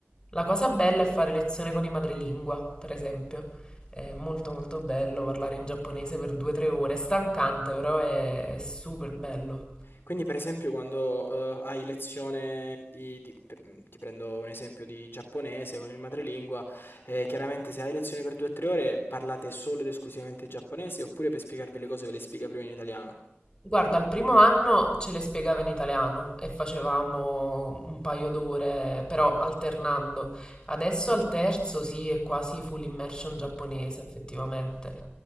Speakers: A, on the left; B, on the left.
A: La cosa bella è fare lezione con i madrelingua, per esempio. È molto molto bello parlare in giapponese per due o tre ore, è stancante, però è, è super bello.
B: Quindi, per esempio, quando eh, hai lezione di, di- pe- mm, ti prendo un esempio di giapponese con il madrelingua, eh, chiaramente se hai lezione per 2 tre ore parlate solo ed esclusivamente giapponese oppure per spiegarvi le cose ve le spiega prima in italiano?
A: Guarda, il primo anno ce le spiegava in italiano e facevamo un paio d'ore, però alternando. Adesso al terzo sì, è quasi full immersion giapponese, effettivamente.